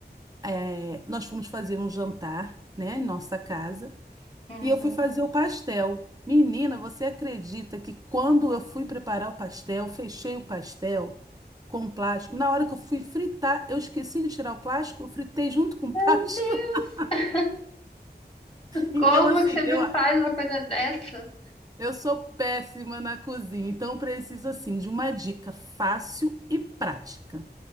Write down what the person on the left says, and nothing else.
Uhum.
Meu Deus,
como
que você me
faz uma coisa dessa?